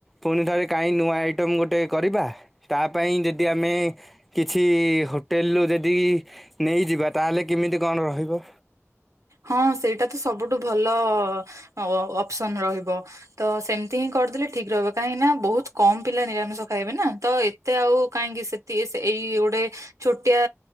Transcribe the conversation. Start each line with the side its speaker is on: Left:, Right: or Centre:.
Centre: ପୁଣିଥରେ କାହିଁ ନୂଆ ଆଇଟମ୍ ଗୋଟେ କରିବା ତା ପାଇଁ ଯଦି ଆମେ କିଛି ହୋଟେଲରୁୁ ଯଦି ନେଇଯିବା ତାହେଲେ କେମିତି କଣ ରହିବ?
Right: ହଁ ସେଇଟା ତ ସବୁଠୁ ଭଲ ଅ-ଅପ୍ ସନ୍ ରହିବ। ତ ସେମିତି ହିଁ କରିଦେଲେ ଠିକ୍ ରହିବ, କାହିଁକି ନା ବୋହୁତ୍ କମ୍ ପିଲା ନିରାମିଷ ଖାଇବେ ନା ତ ଏତେ ଆଉ କାହିଁକି ସେ ଏ ସେ ଏଇ ଗୋଟେ ଛୋଟିଆ